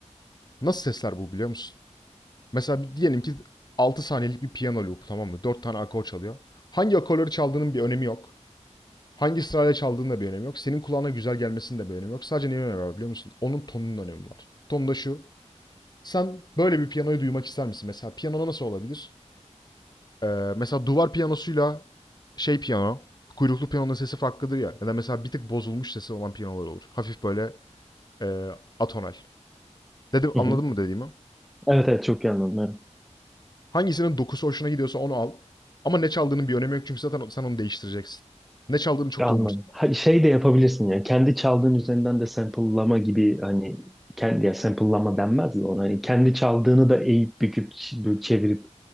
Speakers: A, on the left; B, in the centre.
A: nasıl sesler bul biliyor musun? Mesela diyelim ki 6 saniyelik bir piyano loop tamam mı? 4 tane akor çalıyor. Hangi akorları çaldığının bir önemi yok. Hangi sırayla çaldığının da bir önemi yok. Senin kulağına güzel gelmesinin de bir önemi yok. Sadece neyin önemi var biliyor musun? Onun tonunun önemi var. Ton da şu. Sen böyle bir piyanoyu duymak ister misin? Mesela piyano nasıl olabilir? Ee, mesela duvar piyanosuyla şey piyano, kuyruklu piyanonun sesi farklıdır ya. Ya da mesela bir tık bozulmuş sesi olan piyanolar olur. Hafif böyle e, atonal. Dedim
B: hı
A: anladın
B: hı.
A: mı dediğimi?
B: Evet evet çok iyi anladım. Evet.
A: Hangisinin dokusu hoşuna gidiyorsa onu al. Ama ne çaldığının bir önemi yok çünkü zaten sen onu değiştireceksin. Ne çaldığını çok
B: Anladım.
A: da umursamaz.
B: Ha, şey de yapabilirsin yani kendi çaldığın üzerinden de sample'lama gibi hani kendi ya sample'lama denmez de ona. Hani kendi çaldığını da eğip büküp ç- böyle çevirip